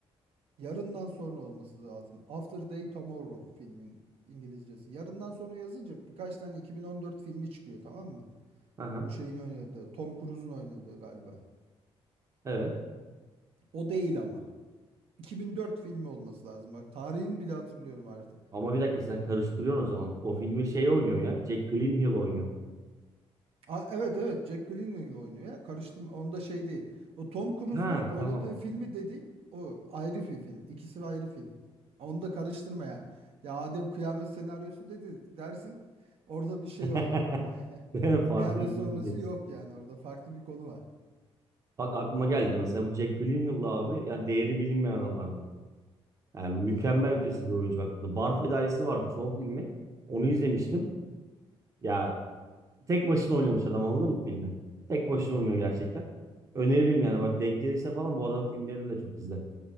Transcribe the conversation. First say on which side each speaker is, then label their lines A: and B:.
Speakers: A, on the right; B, on the right.
A: yarından sonra olması lazım. After Day Tomorrow filmin İngilizcesi. Yarından sonra yazınca birkaç tane 2014 filmi çıkıyor tamam mı?
B: Aha,
A: Bu şeyin oynadığı, Tom Cruise'un oynadığı galiba.
B: evet.
A: O değil ama. 2004 filmi olması lazım. Bak tarihini bile hatırlıyorum artık.
B: Ama bir dakika sen karıştırıyorsun o zaman. O filmi şey oynuyor ya. Jack Gyllenhaal oynuyor.
A: Aa, evet evet Jack Gyllenhaal oynuyor ya karıştırma onda şey değil. O Tom Cruise'un
B: Ha
A: oynadığı
B: tamam.
A: filmi dediğim o ayrı bir film. İkisi ayrı film. Onu da karıştırma ya. Ya Adem kıyamet senaryosu dedi dersin orada bir şey
B: <laughs>
A: oluyor böyle. <laughs>
B: Ben Farklı
A: Kıyamet
B: bir
A: sonrası
B: film izleriz.
A: yok yani orada farklı bir konu var.
B: Bak aklıma geldi mesela bu Jack Gyllenhaal'la abi yani değeri bilinmeyen adamlardan. Yani mükemmel
A: Ya
B: ötesi bir oyuncu bak. The Bar Fedaisi vardı son filmi. Onu izlemiştim. Ya tek başına oynamış adam anladın mı filmi? Tek başına oynuyor gerçekten. Öneririm yani bak denk gelirse falan bu adamın filmlerini de çok izle.